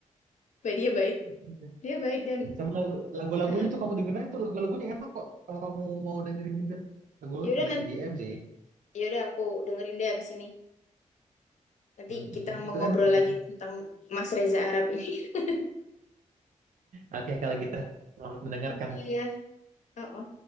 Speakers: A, on the left; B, on the right.
A: dia baik,
B: Iya.
A: dia baik dan
B: sama lagu-lagunya
A: eh,
B: tuh kamu dengerin itu lagu-lagunya enak kok kalau kamu mau dengerin juga lagu-lagu
A: Yaudah
B: tentang
A: nanti,
B: IDM sih
A: yaudah aku dengerin deh abis ini. Nanti
B: Mm-mm,
A: kita ngobrol
B: itu enak lagunya
A: lagi tentang Mas Reza Arab ini. <laughs>
B: oke kalau gitu selamat mendengarkan
A: Iya ya. Oh, oh.